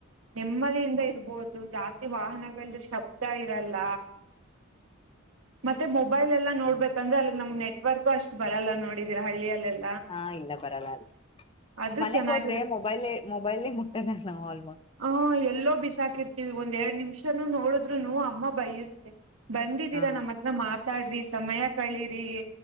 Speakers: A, on the right (about 90°); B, on the left (about 25°).
A: ನೆಮ್ಮದಿಯಿಂದ ಇರ್ಬೋದು ಅದು ಜಾಸ್ತಿ ವಾಹನಗಳ್ದ ಶಬ್ದ ಇರಲ್ಲ ಮತ್ತೆ ಮೊಬೈಲ್ ಎಲ್ಲಾ ನೋಡ್ಬೇಕಂದ್ರೆ ಅಲ್ಲಿಗ್ ನಮ್ ನೆಟ್ವರ್ಕು ಅಷ್ಟು ಬರಲ್ಲ ನೋಡಿದೀರ ಹಳ್ಳಿಯಲ್ಲೆಲ್ಲ
B: ಹಾ ಇಲ್ಲ ಬರಲ್ಲ ಅಲ್ಲಿ
A: ಅದು
B: ಮನೆಗ್
A: ಚೆನ್ನಾಗಿರುತ್ತೆ
B: ಹೋದ್ರೆ ಮೊಬೈಲ್ ಮೊಬೈಲ್ ಮುಟ್ಟದ ನಾವು ಆಲ್ಮೋಸ್ಟ್
A: ಆ ಎಲ್ಲೋ ಬಿಸಾಕಿರ್ತೀವಿ ಒಂದ್ ಎರಡ್ ನಿಮಿಷನು ನೋಡಿದ್ರು ನ ಅಮ್ಮ ಬೈರುತ್ತೆ ಬ ನಮ್ಮ
B: ಹಾ
A: ಹತ್ರ ಮಾತ್ರ ಮಾತಾಡ್ರಿ ಸಮಯ ಕಳಿರಿ